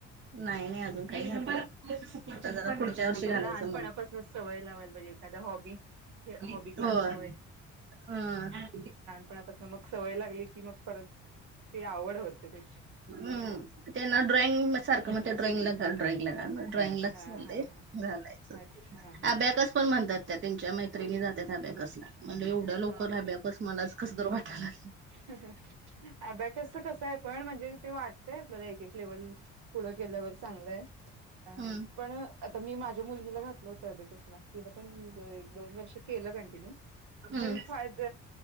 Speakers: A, on the right; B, on the right.
A: नाही नाही अजून काही <unintelligible> आमच्या घरा पुढच्या
B: त्यांना
A: वर्षी
B: पण
A: घालायचं
B: लहानपणापासूनच
A: म्हण
B: सवय लावायला पाहिजे एखादा हॉबी हॉबी
A: <unintelligible>
B: क्लास
A: होय,
B: लावायची
A: हा.
B: पण आता समझ, मग सवय लागली की मग परत ते आवड होते त्याची.
A: हम त्यांना ड्रॉइंग सारखं मग ते ड्रॉइंगला घाल ड्रॉइंगला घाल ड्रॉइंगलाच
B: हा
A: <unintelligible>
B: हा हा
A: घालायचं,
B: अच्छा
A: अभ्याकस पण म्हणतात त्यात त्यांच्या मैत्रिणी जात्यात अभ्याकसला म्हणजे एवढ्या
B: हा
A: लवकर
B: हा
A: अभ्याकस मलाच कस तर वाटा लागले.
B: अभ्याकस च कस होय पण म्हणजे ते वाटतय आपल्याला एक एक लेवल पुढं केल्यावर चांगलंय. अ
A: हम्म
B: पण आता मी माझ्या मुलगीला घातलं होत अभ्याकसला तिन पण दोन वर्ष केलं कंटिन्यू,
A: हम्म
B: पण फायद